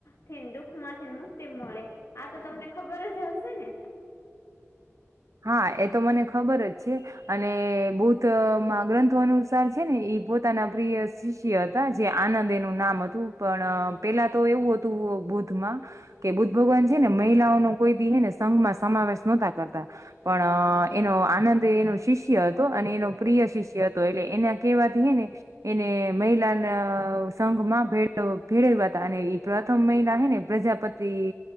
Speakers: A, on the left; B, on the right.
A: થીને દુઃખમાંથીને મુક્તિ મળે આતો તમને ખબર જ હશે ને.
B: હા એતો મને ખબર જ છે. અને બૌદ્ધ મા ગ્રંથો અનુસાર છે ઈ પોતાના પ્રિય શિષ્ય ઈ હતા જે આનંદ એનું નામ હતું પણ પેલા તો એવું હતું બુધમાં કે બુદ્ધ ભગવાન છે ને મહિલાઓ ન કોઈ દીને સંઘમાં સમાવેશ નો તા કરતા. પણ એનો આનંદ એનો શિષ્ય હતો અને એનો પ્રિય શિષ્ય તો એટલે એના કેવા હેને એને મહિલાના સંઘમાં ભેળ્યા હતા અને એ પ્રથમ મહિલા હે ને પ્રજાપતિ તે